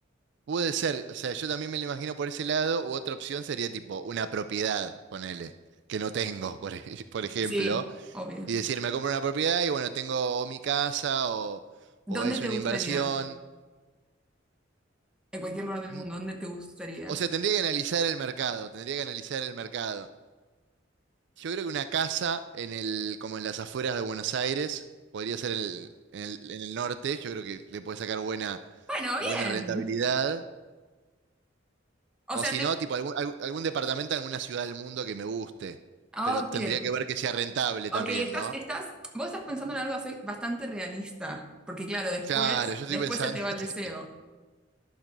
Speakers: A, on the right; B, in the centre.
A: Puede ser, o sea, yo también me lo imagino por ese lado, u otra opción sería tipo una propiedad, ponele, que no tengo, por, ej- <laughs> por ejemplo,
B: Sí, obvio.
A: y decir, me compro una propiedad y bueno, tengo o mi casa o, o
B: ¿Dónde
A: es
B: te
A: una
B: gustaría?
A: inversión.
B: En cualquier lugar del
A: Mm,
B: mundo, ¿dónde te gustaría?
A: O sea, tendría que analizar el mercado, tendría que analizar el mercado. Yo creo que una casa en el, como en las afueras de Buenos Aires, podría ser en el, en el- en el norte, yo creo que le puede sacar buena,
B: Bueno,
A: buena
B: bien.
A: rentabilidad.
B: O
A: O
B: sea,
A: si
B: te...
A: no, tipo algún, algún algún departamento en alguna ciudad del mundo que me guste.
B: Ok.
A: Pero tendría que ver que sea rentable también,
B: Ok, estás,
A: ¿no?
B: estás, vos estás pensando en algo así bastante realista, porque claro, después,
A: Claro, yo estoy
B: después
A: pensando.
B: se te va
A: <laughs>
B: el deseo.